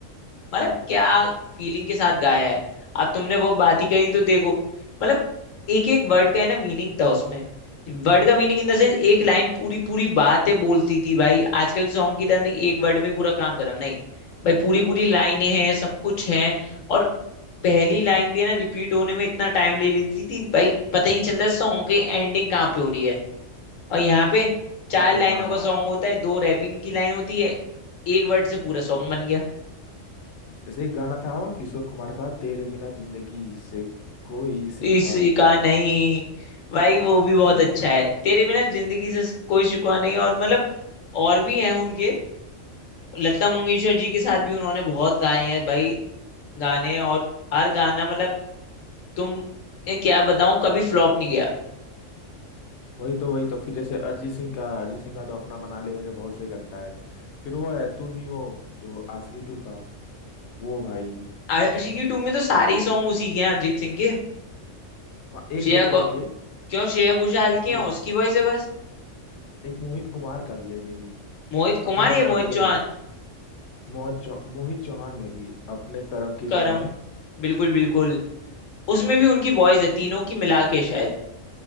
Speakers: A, on the left; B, on the left.
A: मतलब
B: हाँ
A: क्या फीलिंग के साथ गाया है अब तुमने वो बात ही कही तो देखो मतलब एक एक वर्ड का है ना मीनिंग था उसमें वर्ड का मीनिंग इन द सेंस एक लाइन पूरी पूरी बातें बोलती थी भाई आजकल सॉन्ग की तरह नहीं एक वर्ड में पूरा काम खत्म नहीं भाई पूरी पूरी लाइनें हैं सब कुछ है और पहली लाइन भी है ना रिपीट होने में इतना टाइम ले लेती थी भाई पता ही नहीं चलता सॉन्ग की एंडिंग कहाँ पे हो रही है और यहाँ पे चार
B: हाँ भाई
A: लाइनों
B: हाँ
A: का
B: हाँ
A: सॉन्ग
B: हाँ
A: होता है दो रैपिंग की लाइन होती है एक वर्ड से पूरा सॉन्ग बन गया
B: जैसे एक गाना था किशोर कुमार का तेरे बिना जिंदगी से कोई सिकवा
A: इसका नहीं भाई वो भी बहुत
B: हाँ
A: अच्छा है तेरे बिना जिंदगी से कोई शिकवा नहीं और मतलब और भी हैं उनके लता मंगेशकर जी के साथ भी उन्होंने बहुत गाए हैं भाई गाने और हर गाना मतलब तुम ये क्या बताऊं कभी फ्लॉप नहीं गया
B: वही तो वही तो फिर जैसे अरिजीत सिंह का अरिजीत सिंह का तो अपना बना ले मुझे बहुत सही लगता है फिर वो है तुम ही हो जो आशिकी टू का वो भाई
A: आशिकी टू में तो सारे ही सॉन्ग उसी के हैं अरिजीत सिंह के
B: वहाँ एक
A: श्रेया
B: दो
A: घो-
B: छोड़ के
A: क्यों श्रेया घोषाल की हैं
B: एक
A: उसकी वॉइस है बस
B: एक मोहित कुमार का भी है मे भी
A: मोहित कुमार
B: अपने
A: या
B: कर्म
A: मोहित
B: के
A: चौहान
B: मोहित चौ, मोहित चौहान में भी अपने कर्म की
A: करम
B: जो गाएं
A: बिल्कुल बिल्कुल उसमें भी उनकी वॉइस है तीनों की मिला के शायद